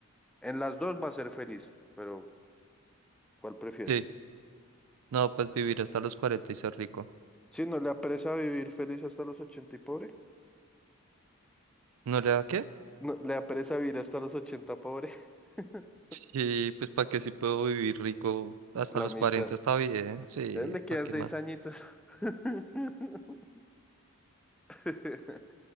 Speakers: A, in the centre; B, on the right.
A: En las dos va a ser feliz, pero ¿cuál prefiere?
B: Sí. No, pues vivir hasta los cuarenta y ser rico.
A: Si no le apresa vivir feliz hasta los ochenta y pobre,
B: ¿No le da qué?
A: no, le apresa vivir hasta los 80 pobre, <laughs>
B: Sí, pues para qué si puedo vivir rico hasta
A: la
B: los
A: mitad.
B: 40 está bien. Sí,
A: A él le quedan
B: para qué
A: seis
B: más.
A: añitos. <laughs> <laughs>